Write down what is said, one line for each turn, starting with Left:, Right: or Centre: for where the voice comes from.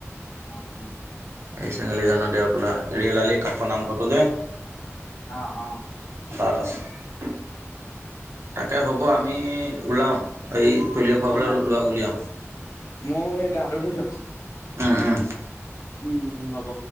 Left: উম,
Right: এই চেঙেলী জানৰ দেওতোলা ৰেল আলি কাষৰ নামঘৰটো যে
Left: অ', অ',
Right: তাছ <unintelligible> তাকে হ'ব আমি ওলাও এই পলিঅ' খুৱাবলৈ
Left: অ'
Right: ল'ৰাক উলিয়াওঁ।
Left: ময়ো সেই <unintelligible> ধুইছ
Right: উম উম।
Left: উম, হ'ব।